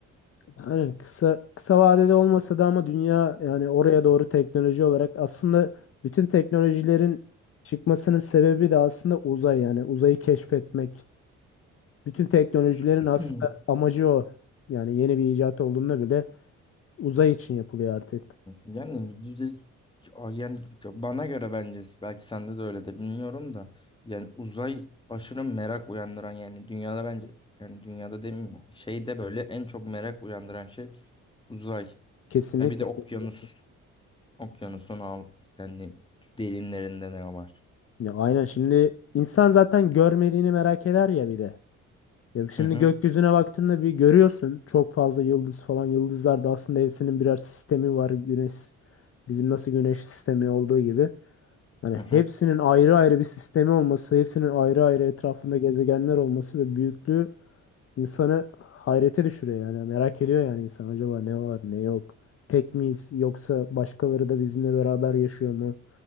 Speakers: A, on the left (about 50°); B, on the left (about 15°).
A: Yani kısa kısa vadede olmasa da ama dünya yani oraya doğru teknoloji olarak aslında bütün teknolojilerin çıkmasının sebebi de aslında uzay yani uzayı keşfetmek. Bütün teknolojilerin
B: <clears throat>
A: aslında amacı o. Yani yeni bir icat olduğunda bile uzay için yapılıyor artık.
B: Yani düz- yani bana göre bence belki sende de öyledir bilmiyorum da yani uzay aşırı merak uyandıran yani dünyada bence yani dünyada demeyeyim şeyde böyle en çok merak uyandıran şey uzay.
A: Kesinlikle
B: Ve bir de okyanus.
A: kesinlikle.
B: Okyanusun alt yani derinlerinde ne var?
A: Ya aynen şimdi insan zaten görmediğini merak eder ya bir de. Ya şimdi
B: Hı hı.
A: gökyüzüne baktığında bir görüyorsun çok fazla yıldız falan. Yıldızlar da aslında hepsinin birer sistemi var. Güneş bizim nasıl güneş sistemi olduğu gibi. Yani
B: hı
A: hepsinin
B: hı.
A: ayrı ayrı bir sistemi olması, hepsinin ayrı ayrı etrafında gezegenler olması ve büyüklüğü insanı hayrete düşürüyor yani. Merak ediyor yani insan acaba ne var ne yok. Tek miyiz yoksa başkaları da bizimle beraber yaşıyor mu?